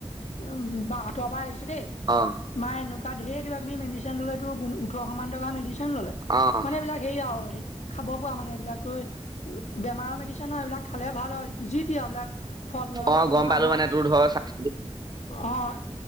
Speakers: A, on the left (about 75°); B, on the right (about 35°).
A: উম বা আঁত পৰা আহিছে দেই
B: অ'
A: মা এনেকুৱা ঢেৰ কিবা কিবি মেডিচিন ললেতো <unintelligible> ওঠৰশমান টকা মেডিচিন ল'লে।
B: অ'
A: মানে এইবিলাক হেই আৰু খাব পৰা মানে এইবিলাকতো বেমাৰৰ মেডিচন এইবিলাক খালে ভাল হয়। যি এইবিলাক ফল মূলপা
B: অ'
A: বনোৱা
B: গম পালো
A: হওক
B: মানে তোৰ ধৰ চাইছিলো
A: অঁ